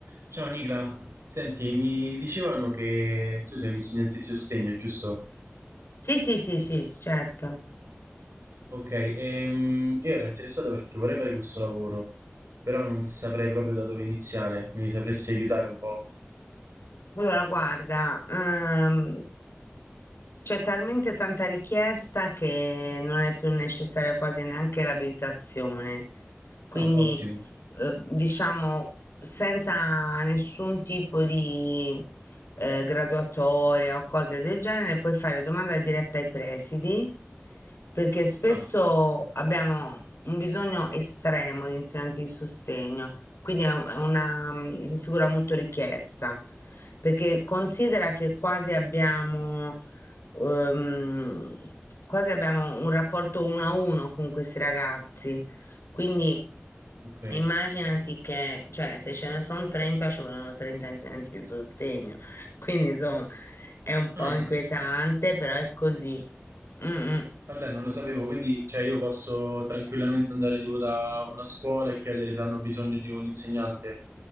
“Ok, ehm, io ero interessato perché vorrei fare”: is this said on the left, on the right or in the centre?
Right